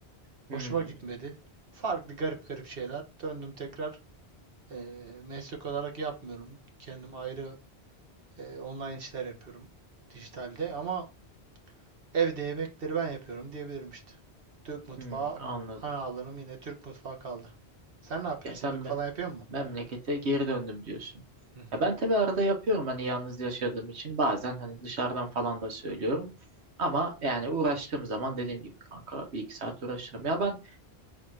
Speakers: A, on the right (about 60°); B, on the right (about 80°).
A: Hoşuma
B: Hmm,
A: gitmedi. Farklı garip garip şeyler. Döndüm tekrar eee, meslek olarak yapmıyorum. Kendim ayrı eee, online işler yapıyorum dijitalde ama evde yemekleri ben yapıyorum diyebilirim işte. Türk mutfağı
B: hmm, anladım.
A: ana alanım yine Türk mutfağı kaldı. Sen ne yapıyorsun?
B: Ya sen
A: Yemek falan yapıyor musun?
B: memlekete geri döndüm diyorsun.
A: Hı hı.
B: Ya ben tabii arada yapıyorum hani yalnız yaşadığım için bazen hani dışarıdan falan da söylüyorum. Ama yani uğraştığım zaman dediğim gibi kanka bir iki saat uğraşırım. Ya ben